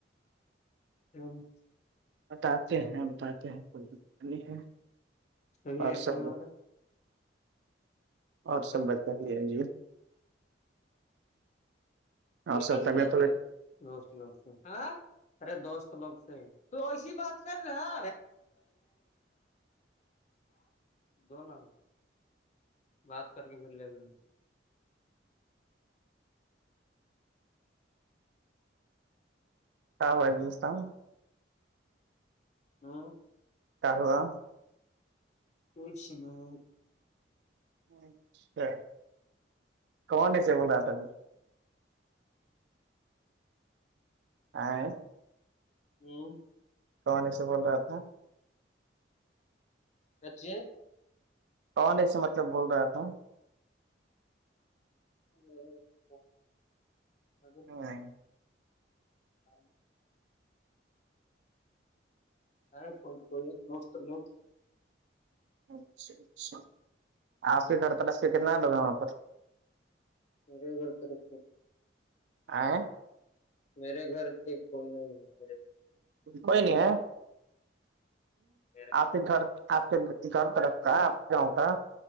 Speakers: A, on the left (about 35°); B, on the right (about 65°).
A: <unintelligible>
B: بتاتے ہیں بتاتے ہیں کوئی دقت نہیں ہے
A: یہ
B: اور
A: ایئر
B: سب
A: فون وغیرہ
B: اور
A: کر
B: سب بتائیے جی اور
A: ایکر
B: سب طبیعت
A: سے بات
B: وبیعت
A: کرے تھ دوست لوگ سے ہاں ارے دوست لوگ سے تو ایسی بات کر رہا د نوں بات کر کے پھر لے د
B: کیا بستا ہوں
A: ہاں
B: کیا ہوا
A: <unintelligible>
B: اچھا کون ایسے اڑاتا ہے آاں
A: ہوں
B: کانی سے بول رہا تھا نا
A: اچی
B: کون ایسے مطلب بول رہا تھا
A: <inaudible>
B: ہاں
A: ہاں ہے کوئی کوئی دوست ن
B: اچھا اچھا آپ کے کر ترس سے کتنا لوگ ہیں وہاں پر
A: بیرے گورت رت
B: آ
A: میرے گھر کی کوئی نہیں ہے میرے
B: کوئی نہیں
A: میرے
B: آپ کے گھر آپ کےد اور طرکھتا آپ گاؤں کا